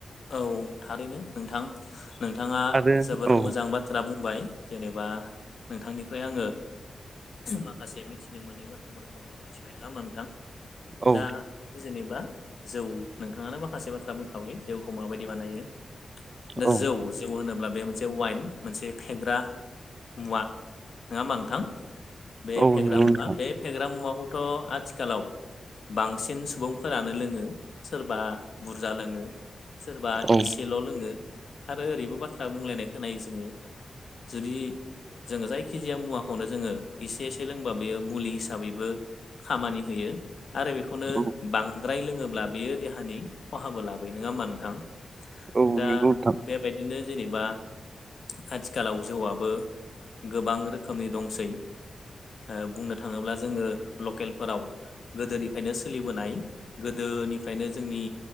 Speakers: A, on the left; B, on the right.
A: औ थारैनो नोंथां, नोंथाङा
B: आरो
A: जोबोर
B: औ
A: मोजां बा थ्रा बुंबाय जेनेबा नोंथांनिफ्राय आङो माखासे मिथिनो मोनै बाथ्राफोरखौबो मिथिबाय नङा होमबा नोंथां?
B: औ
A: दा जेनेबा जौ नोंथाङानो माखासे बाथ्रा बुंखाबाय। जौखौ माबायदि बानायो ना
B: औ
A: जौ जौ होनोब्ला बे मोनसे वाइन मोनसे फेग्रा मुवा नङा होनबा नोथां बे
B: औ
A: फेग्रा
B: नंगौ
A: मुवा
B: नोंथां
A: बे फेग्रा मुवाखौथ' आथिखालाव बांसिन सुबुंफोरानो लोङो सोरबा बुरजा लोङो। सोरबा
B: औ
A: इसेल' लोङो आरो ओरैबो बाथ्रा बुंलायनाय खोनायो जोङो जुदि जोङो जायखिजाया मुवाखौनो जोङो एसे-एसे लोंबा बेयो मुलि हिसाबैबो खामानि होयो। आरो बेखौनो
B: औ
A: बांद्राय लोङोब्ला बेयो देहानि खहाबो लाबोयो नङा होनबा नोंथां?
B: औ
A: दा
B: नंगौ नोंथां
A: बेबायदिनो जेनेबा आथिखालाव जौआबो गोबां रोखोमनि दंसै। ओ बुंनो थाङोब्ला जोङो लकेलफोराव गोदोनिफ्रायनो सोलिबोनाय गोदोनिफ्रायनो जोंनि